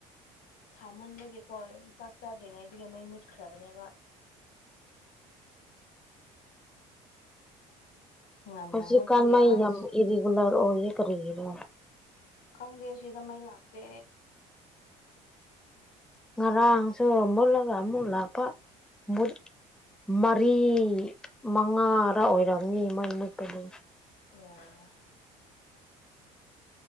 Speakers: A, on the left; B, in the centre.
A: ꯁꯥꯃꯟꯕꯒꯤꯀꯣ ꯆꯥꯛ ꯆꯥꯗ꯭ꯔꯤꯉꯩꯗꯨꯒꯤ ꯃꯩ ꯃꯨꯠꯈ꯭ꯔꯕꯅꯦꯕ ꯉꯟꯅ
B: ꯍꯧꯁꯨ
A: ꯃꯨꯠꯄꯒꯤ
B: ꯀꯥꯟꯅ
A: ꯑꯁ
B: ꯌꯥꯝ ꯑꯦꯔꯤꯒꯂꯥ ꯎꯍ ꯇꯔꯤꯔ
A: ꯈꯪꯗꯦ ꯁꯤꯗ ꯃꯩ ꯂꯥꯛꯇꯦ
B: ꯉꯔꯥꯡꯁꯨ ꯃꯨꯜꯂꯒ ꯑꯃꯨꯂꯛꯄ ꯃꯥ ꯃꯔꯤ ꯃꯉꯥꯔ ꯑꯣꯏꯔꯝꯅꯤ ꯏ ꯃꯥꯏ ꯃꯛꯇꯅꯤ
A: ꯑꯣ